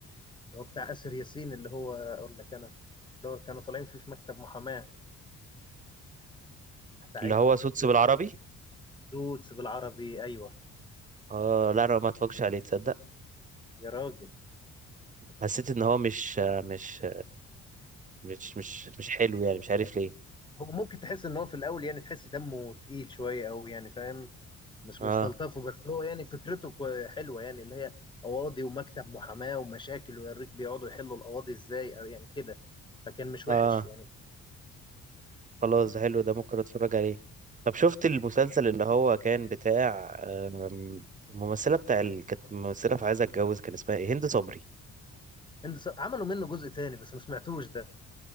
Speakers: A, on the left; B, on the right.
A: هو بتاع اسر ياسين اللي هو اقول لك انا اللي هو كانوا طالعين فيه في مكتب محاماه ساعدني
B: اللي هو سوتس بالعربي
A: دوتس بالعربي ايوه
B: اه لا انا ما اتفرجش عليه تصدق
A: يا راجل
B: حسيت ان هو مش مش مش مش مش حلو يعني مش عارف ليه
A: هو ممكن تحس ان هو في الاول يعني تحس دمه تقيل شويه قوي يعني فاهم مش
B: اه
A: مستلطفه بس هو يعني فكرته كو- حلوه يعني اللي هي قواضي ومكتب محاماه ومشاكل ويوريك بيقعدوا يحلوا القواضي ازاي أو يعني كده فكان مش
B: اه
A: وحش يعني
B: خلاص ده حلو ده ممكن اتفرج عليه طب شفت المسلسل اللي هو كان بتاع آم، الممثلة بتاع ال... كانت ممثلة في عايزة اتجوز كان اسمها ايه هند صبري
A: هند ص- عملوا منه جزء تاني بس ما سمعتوش ده